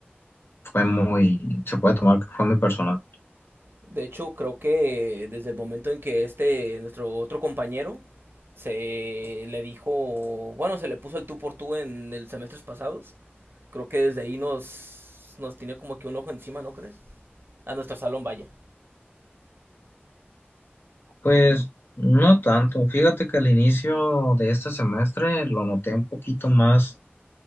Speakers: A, on the left; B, on the right.
A: fue muy, se puede tomar que fue muy personal.
B: De hecho, creo que desde el momento en que este, nuestro otro compañero, se le dijo, bueno, se le puso el tú por tú en el semestres pasados, creo que desde ahí nos, nos tiene como que un ojo encima, ¿no crees? A nuestro salón vaya.
A: Pues no tanto, fíjate que al inicio de este semestre lo noté un poquito más,